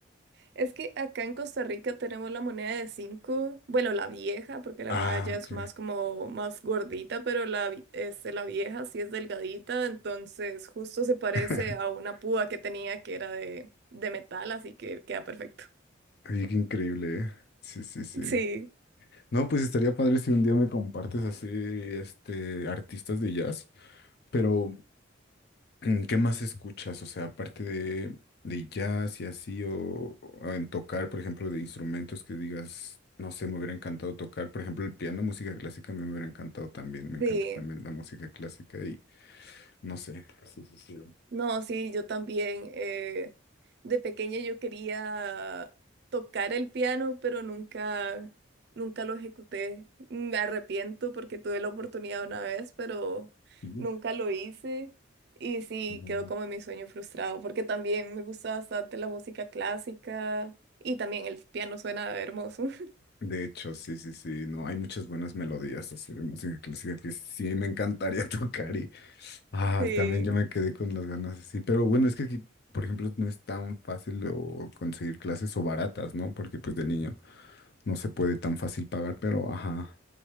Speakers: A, on the right; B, on the left.
A: Es que acá en Costa Rica tenemos la moneda de 5, bueno, la vieja, porque la
B: Ah,
A: nueva ya es
B: ok.
A: más como más gordita, pero la, vi- este, la vieja sí es delgadita, entonces justo se parece
B: <laughs>
A: a una púa que tenía que era de, de metal, así que queda perfecto. <laughs>
B: Oye, qué increíble, ¿eh? Sí, sí, sí.
A: Sí,
B: No, pues estaría padre si un día me compartes así, este, artistas de jazz, pero Mm, ¿Qué más escuchas? O sea, aparte de, de jazz y así, o, o en tocar, por ejemplo, de instrumentos que digas, no sé, me hubiera encantado tocar. Por ejemplo, el piano, música clásica, a mí me hubiera encantado también. Me
A: sí.
B: encanta también la música clásica y no sé. Sí, sí, sí.
A: No, sí, yo también. eh, de pequeña yo quería tocar el piano, pero nunca, nunca lo ejecuté. Mm, Me arrepiento porque tuve la oportunidad una vez, pero
B: Sí,
A: nunca lo hice. Y sí,
B: no,
A: quedó como mi sueño frustrado, porque también me gusta bastante la música clásica y también el piano suena hermoso. <laughs>
B: De hecho, sí, sí, sí, no, hay muchas buenas melodías así de música clásica que sí me encantaría <laughs> tocar Ah,
A: Sí,
B: también yo me quedé con las ganas así. Pero bueno, es que aquí, por ejemplo, no es tan fácil o conseguir clases o baratas, ¿no? Porque pues de niño no se puede tan fácil pagar, pero ajá.